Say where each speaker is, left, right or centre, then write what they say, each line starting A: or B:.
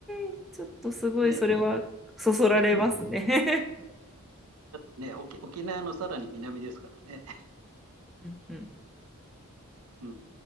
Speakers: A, in the centre; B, on the right.
A: えちょっとすごい、
B: ね。
A: それはそそられますね。
B: <laughs> うんだってね、沖、沖縄のさらに南ですからね。
A: <laughs> うんうん
B: うん